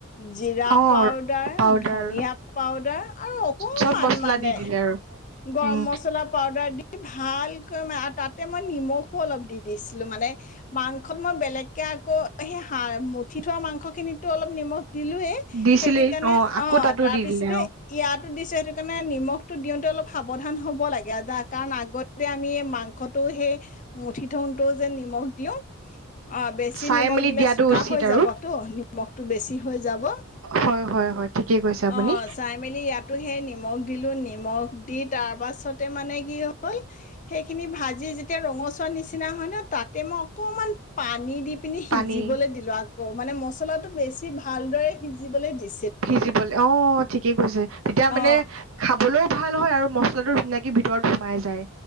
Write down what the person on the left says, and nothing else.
জীৰা
পাউদাৰ,
ধনিয়া পাউদাৰ আৰু অকমান
মানে
গৰম
- মছলা, পাউদাৰ দি, ভা, ভালকৈ ম তাতে মই নিমখো অলপ দি দিছিলো, মানে মাংসত মই বেলেগকে আকৌ সেই হাৰ মুঠি থোৱা মাংসখিনিতো অলপ নিমখ দিলোয়েই
সেইটো কাৰণে
অ
তাৰপিছতে
ইয়াত দিছে সেইটো কাৰণে নিমখটো দিওঁতে অলপ সাৱধান হ'ব হ'ব লাগে কাৰণ আগতে আমি মাংসটো সেই মুঠি থনটো যে নিমখ দিওঁ অ বেছি
নিমখ
দিলে
চোকা
হৈ
যাবতো নিমখটো বেছি হৈ যাব
অ চাই মেলি ইয়াতো সেই নিম নিমখ দিলো নিমখ দি তাৰপাছতে মানে কি হ'ল সেইখিনি ভাজি যেতিয়া ৰঙচুৱা নিচিনা হয় ন তাতে মই অকণমান পানী দি পিনি সিজিবলৈ
দিলো আ অ মানে মছলাটো বেছি ভালদৰে সিজিবলে দিছে
অ